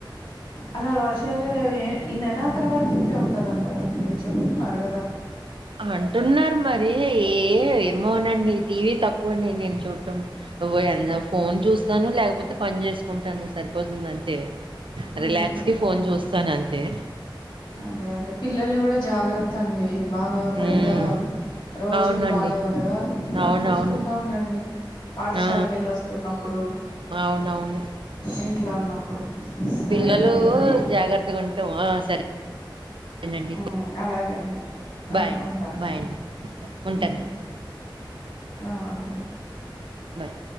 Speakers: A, on the left; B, on the right.
A: అహా వర్షాలె లేవు ఏ ఈ నెల ఆఖరి వరకి ఇంతే ఉంటదంట గదండి చెప్తున్నారు గదా
B: అంటున్నారు మరి ఏ ఏమోనండి టీవీ తక్కువ అండి నేన్ చూడ్డం ఒహో ఎన్ ఫోన్ చూస్తాను ల్యాక్ పోతే పన్ జేస్కుంటాను సరిపోతుందంతే
A: మ్మ్
B: రిల్యాక్సి ఫోన్ జూస్తానంతే
A: అదే అదే పిల్లల్ని గుడా జాగ్రత్త అండి బాగా
B: హ్మ్.
A: బైటా రోజుల్
B: అవునండి.
A: బాలేవు గదా
B: అవునవును.
A: చూస్కుంటా ఉండండి పాఠశాలకెళ్ళొస్తున్నప్పుడు
B: ఆ! అవునవును
A: ఇంట్లో ఉన్నప్పుడు సరేనండి
B: పిల్లలూ
A: మరి
B: జాగ్రత్తగా ఉంటమ్ ఆ సరె నండి
A: ఉమ్, అలాగే అండి ఆ,
B: బాయ్ ను
A: ఉంటానండి
B: బాయ్ అండి ఉంటనండి
A: ఉమ్, ఆ సరే
B: బాయ్